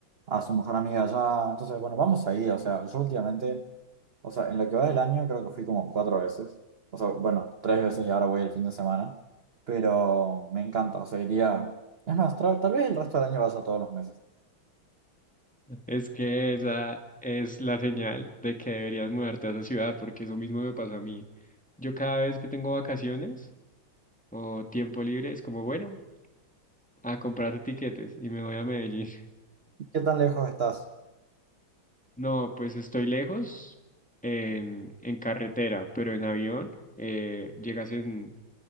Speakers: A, on the right; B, in the centre.
A: a su mejor amiga allá, entonces bueno, vamos ahí, o sea, yo últimamente, o sea, en lo que va del año creo que fui como cuatro veces, o sea, bueno, tres veces y ahora voy el fin de semana, pero me encanta, o sea, iría, es más, tra- tal vez el resto del año vas a todos los meses.
B: Es que esa es la señal de que deberías mudarte a esa ciudad, porque eso mismo me pasa a mí. Yo cada vez que tengo vacaciones o tiempo libre, es como, bueno, a comprar tiquetes y me voy a Medellín. <laughs>
A: ¿Qué tan lejos estás?
B: No, pues estoy lejos en, en carretera, pero en avión eh, llegas en